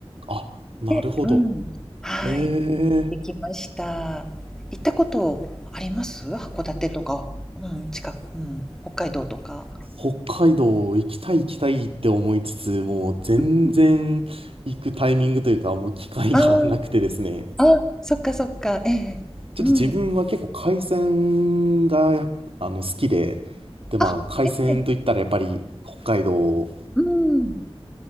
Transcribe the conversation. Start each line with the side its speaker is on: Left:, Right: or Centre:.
Right: あ、なるほど。
Centre: でうん。はい、
Right: ええ、
Centre: できました。行ったことあります？函館とか、うん、近く、うん、北海道とか。
Right: 北海道行きたい行きたいって思いつつ、もう全然行くタイミングというか、
Centre: うん。
Right: もう機会がなくてですね。
Centre: ああ、あ、そっかそっか、ええうん。
Right: ちょっと自分は結構海鮮がやっあの、好きで、で、まあ、
Centre: あ、
Right: 海鮮といったらやっぱり北海道
Centre: ええ、うん。